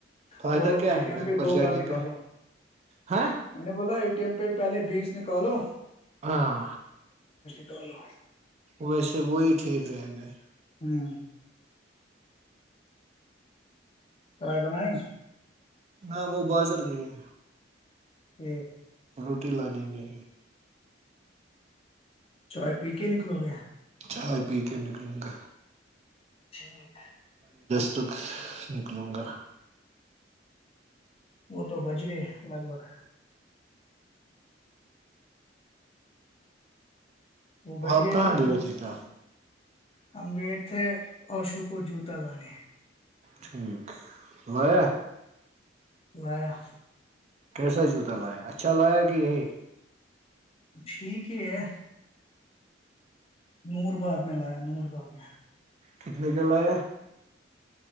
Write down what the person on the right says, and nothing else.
فائدہ
کیا
ہے
بینک
پر
جانے
کا ہاں
ہاں
ویسے وہی ٹھیک رہے گئے
ہ وہ بازر گئے ہیں
روٹی لانے کے
چائے پی کے نکلوں گا
اب تک نکلوں گا
آپ کہاں
گئے
تھے کیا
ٹھیک لیا
کیسا جوتا لایا اچھا لایا کہ یہی
کتنے کے ل ہے